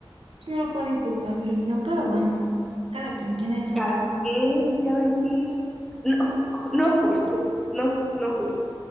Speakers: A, on the right (about 80°); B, in the centre.
A: tú no lo puedes inculcar a tu religión, pero bueno, cada quien, quiénes somos
B: Cada quien, cada quien. No, no justo, no, no justo.